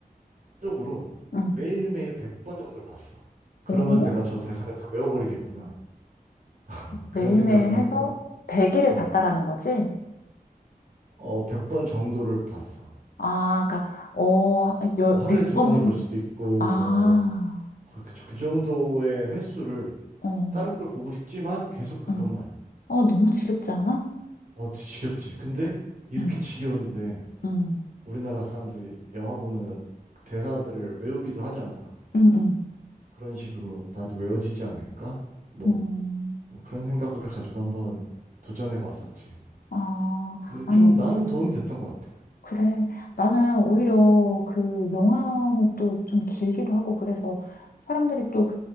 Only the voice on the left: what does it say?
응.
오?
매일매일
해서 100일을
봤다라는 거지?
아, 그러니까 어, 열,
100번은
아,
어,
응. 어, 너무 지겹지 않아?
응,
응,
응, 응.
음.
아,
아니,
그래. 나는 오히려 그 영화는 또 좀 길기도 하고 그래서 사람들이 또